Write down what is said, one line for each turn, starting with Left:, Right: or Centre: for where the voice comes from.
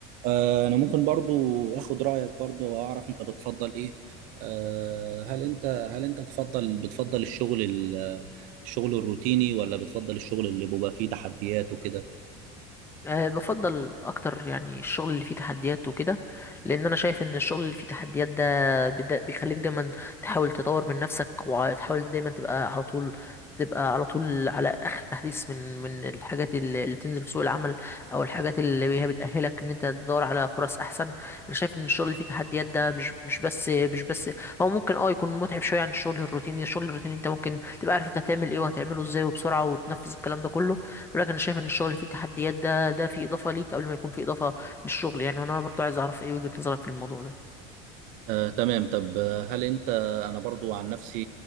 Right: آه، انا ممكن برضو اخد رايك برضو واعرف انت بتفضل ايه آه، هل انت هل انت تفضل بتفضل الشغل ال- الشغل الروتيني ولا بتفضل الشغل اللي بيبقى فيه تحديات وكده
Left: أه، بفضل اكتر يعني الشغل اللي فيه تحديات وكده لان انا شايف ان الشغل اللي فيه تحديات ده بدا- بيخليك دايما تحاول تطور من نفسك وتحاول دايما تبقى على طول تبقى على طول على اخر تحديث من من الحاجات اللي اللي بتنزل في سوق العمل او الحاجات اللي هي بتاهلك ان انت تدور على فرص احسن انا شايف ان الشغل اللي فيه تحديات ده مش مش بس مش بس هو ممكن اه يكون متعب شويه عن الشغل الروتيني الشغل الروتيني انت ممكن تبقى عارف انت هتعمل ايه وهتعمله ازاي وبسرعه وتنفذ الكلام ده كله بيقول لك انا شايف ان الشغل اللي فيه تحديات ده ده فيه اضافه ليك قبل ما يكون فيه اضافه للشغل يعني وانا برضو عايز اعرف ايه وجهه نظرك في الموضوع ده
Right: آه، تمام طب آه، هل انت انا برضو عن نفسي